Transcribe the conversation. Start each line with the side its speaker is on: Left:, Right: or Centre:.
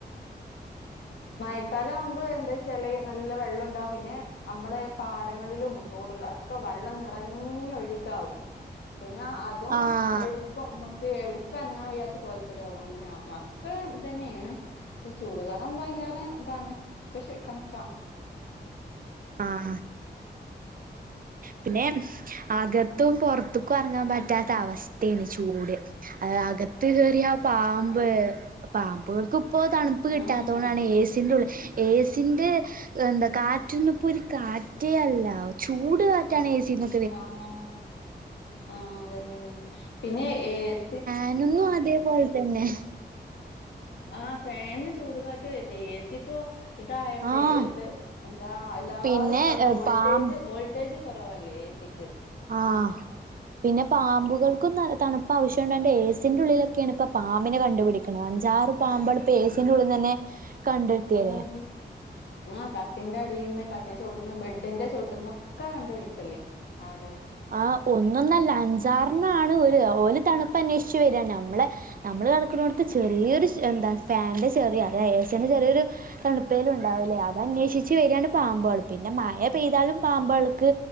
Left: മയക്കാലാകുമ്പോ എന്താച്ചാല് നല്ല വെള്ളം ഉണ്ടാവും. പിന്നെ നമ്മള് പാടങ്ങളിലും തോടുകൾ ഒക്കെ വെള്ളം നിറഞ്ഞു ഒഴുകാവും. പിന്നെ അതും
Right: ആഹ്
Left: എടു ക്കൊ അമ്മക്ക് എവിട്ക്കും അനങ്ങാൻ വയ്യാത്ത കോലത്തിലാവും. അങ്ങനെയാ ഒക്കെ ഇതന്നേണ്. ഇത് ചൂട് കാലാവുമ്പൊ അയില്ലാതെ ഇതാണ്. കൃഷി കണക്കാ.
Right: ആഹ് പിന്നെ അകത്തും പൊറത്ത്ക്കും അറങ്ങാൻ പറ്റാത്ത അവസ്ഥേണ് ചൂട്. അത് അകത്ത് കേറിയ പാമ്പ്
Left: ആഹ്
Right: പാമ്പുകൾക്കിപ്പൊ തണുപ്പ് കിട്ടാത്ത
Left: ആഹ്
Right: കൊണ്ടാണ്
Left: അത്
Right: ഏസിൻ്റെ ഉള്ളി ഏ സിന്റെ എന്താ കാറ്റൊന്നുപ്പൊ ഒരു കാറ്റേ അല്ല.. ചൂ ട് കാറ്റാണ് ഏ സിന്നു
Left: ആഹ് ആഹ് അതന്നെ, തന്നെ പിന്നെ ഏ സി
Right: ഞാനൊന്നു അതേപോലെ തന്നെ
Left: ആ ഫാനിന്ന് ചൂട്കാറ്റ് വരുന്ന് ഏസി ഇപ്പൊ ഇതായോണ്ട്
Right: ആഹ്
Left: ഇത് എന്താ എല്ലാരും
Right: പിന്നെ
Left: ഇട്ടോണ്ട് വോൾട്ടേജ്
Right: പാമ്പ്
Left: വോൾട്ടേജ് കൊറവല്ലേ ഏസിക്ക്
Right: ആഹ് പിന്നെ പാമ്പുകൾക്കും തണുപ്പാവശ്യണ്ടായെണ്ട് ഏസിന്റെ ഉള്ളിലൊക്കെയാണ്പ്പ പാമ്പിനെ കണ്ടുപിടി ക്ക്ണ് അഞ്ചാറ് പാമ്പെള്
Left: ആ
Right: പ്പൊ ഏസിന്റെ ഉള്ളിന്ന് തന്നെ കണ്ടെത്തിയല്ലേ
Left: ഉം ആഹ് കട്ടിന്റെ അടീന്ന് കട്ടിന്റെ ചോട്ട്ന്ന് ബെഡിന്റെ ചോട്ട്ന്നൊക്കെ കണ്ടുപിടിക്കല്ലേ ആവെ
Right: ആഹ് ഒന്നൊന്നല്ല അഞ്ചാറെണ്ണാണ് ഒരു ഓല് തണുപ്പ് അന്വേഷിച്ച് വര നമ്മളെ നമ്മള് കടക്കുണോട്ത്ത് ചെറിയൊരു സ് എന്താ ഫാനിന്റെ ചെറിയ അതായ ഏസിന്റെ ചെറിയൊരു തണുപ്പേലും ഉണ്ടാവില്ലേ അത് അന്വേഷിച്ച് വരികയാണ് പാമ്പുകൾ പിന്നെ മഴ പെയ്താലും പാമ്പേൾക്ക്